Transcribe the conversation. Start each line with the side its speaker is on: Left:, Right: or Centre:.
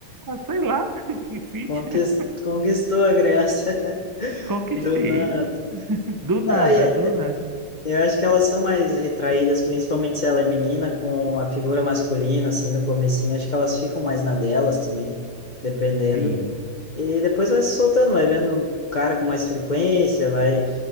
Right: ah, sei lá <laughs> o que fiz.
Left: conquis-
Right: <laughs>
Left: conquistou a Grécia <laughs>
Right: Conquistei.
Left: do nada.
Right: Do nada,
Left: Ah, e-
Right: do
Left: é-
Right: nada.
Left: eu acho que elas são mais retraídas, principalmente se ela é menina, com a figura masculina, assim, no comecinho. Acho que elas ficam mais na delas também, dependendo.
Right: Sim,
Left: E depois vai se soltando, vai vendo um cara com mais frequência, vai,